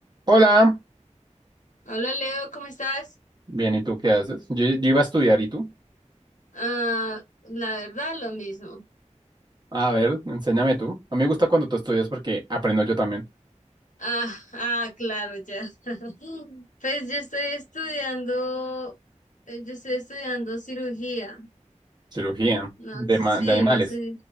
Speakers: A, on the right; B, on the left.
A: Hola.
B: Hola Leo, ¿cómo estás?
A: Bien, ¿y tú qué haces? Yo, yo iba a estudiar, ¿y tú?
B: Ah, la verdad, lo mismo.
A: A ver, enséñame tú. A mí me gusta cuando tú estudias porque aprendo yo también.
B: Ah, ah, claro, ya. <laughs> Pues yo estoy estudiando, eh, yo estoy estudiando cirugía.
A: Cirugía
B: No
A: de,
B: sé,
A: ma- de animales.
B: no sé.